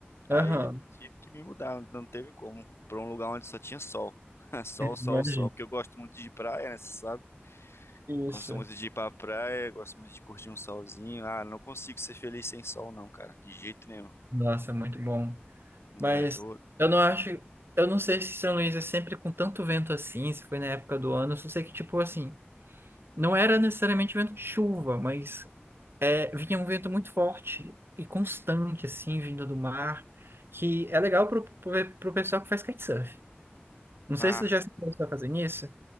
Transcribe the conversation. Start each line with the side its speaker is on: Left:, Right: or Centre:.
Left: aí
Right: Aham,
Left: eu tive que me mudar, não teve como, Pra um lugar onde só tinha sol. <laughs> Sol, sol,
Right: imagina.
Left: sol, porque eu gosto muito de praia, né, você sabe? Gosto
Right: Isso.
Left: muito de ir pra praia, gosto muito de curtir um solzinho. Ah, não consigo ser feliz sem sol, não, cara, de jeito nenhum.
Right: Nossa, muito bom. Mas
Left: É, eu,
Right: eu não acho. Eu não sei se São Luís é sempre com tanto vento assim, se foi na época do ano. Eu só sei que, tipo, assim, não era necessariamente vento de chuva, mas É, vinha um vento muito forte e constante, assim, vindo do mar, que é legal pro, pro, pro pessoal que faz kitesurf. Não sei
Left: ah,
Right: se você já se começou a fazer isso.